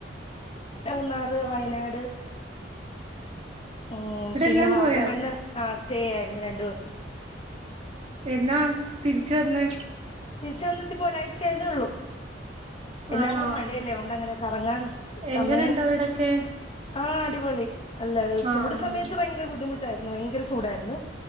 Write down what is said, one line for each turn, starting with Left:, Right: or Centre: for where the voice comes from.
Left: മൂന്നാറ് വയനാട് ഉം
Right: ഇവിടെല്ലാം
Left: പിന്നെ വാഗമണ്ണ്
Right: പോയോ
Left: ആ സ്റ്റേ ആയിരുന്നു രണ്ടു ദിവസം
Right: എന്നാ തിരിച്ച് വന്നേ
Left: തിരിച്ച് വന്നിട്ട് പോ ഒരാഴ്ചായതേ ഒള്ളൂ എല്ലാടും
Right: ആണോ
Left: മഴല്ലേ അഹോണ്ട് അങ്ങനെ കറങ്ങാൻ സമയം
Right: എങ്ങനെണ്ട് അവിടൊക്കെ
Left: ആഹ് അടിപൊളി അല്ല
Right: ആഹ്
Left: ചൂട് സമയത്ത് വയങ്കര ബുദ്ധിമുട്ടായിരുന്നു വയങ്കര ചൂടായിരുന്നു